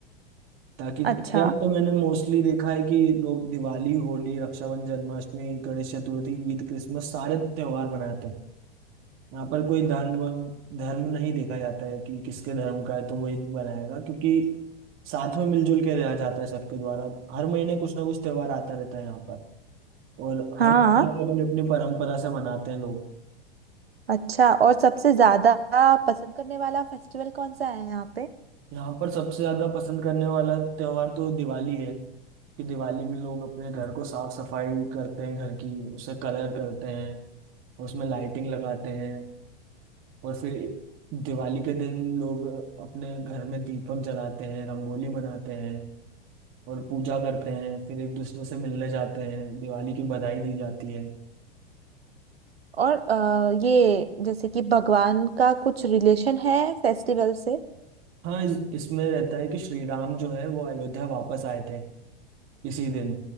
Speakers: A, on the right; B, on the right.
A: ताकि इंडिया
B: अच्छा
A: में तो मैंने मोस्टली देखा है कि लोग दिवाली होली रक्षाबंधन जन्माष्टमी गणेश चतुर्थी ईद क्रिसमस सारे त्योहार मनाते हैं यहाँ पर कोई धर्म वर्म- धर्म नहीं देखा जाता है कि किसके धर्म का है तो वही बनाएगा क्योंकि साथ में मिलजुल के रहा जाता है सबके द्वारा हर महीने कुछ ना कुछ त्योहार आता रहता है यहाँ पर और
B: हाँ
A: हर त्योहार को अपनी अपनी परंपरा से मनाते हैं लोग
B: अच्छा और सबसे ज्यादा पसंद करने वाला फेस्टिवल कौन सा है यहाँ पे
A: यहाँ पर सबसे ज्यादा पसंद करने वाला त्योहार तो दिवाली है कि दिवाली में लोग अपने घर को साफ सफाई करते हैं घर की उसे कलर करते हैं उसमें लाइटिंग लगाते हैं और फिर दिवाली के दिन लोग अपने घर में दीपक जलाते हैं रंगोली मनाते हैं और पूजा करते हैं फिर एक दूसरे से मिलने जाते हैं दिवाली की बधाई दी जाती है
B: और अ, ये जैसे कि भगवान का कुछ रिलेशन है फेस्टिवल से
A: हाँ इस, इसमें रहता है कि श्री राम जो है वो अयोध्या वापस आए थे इसी दिन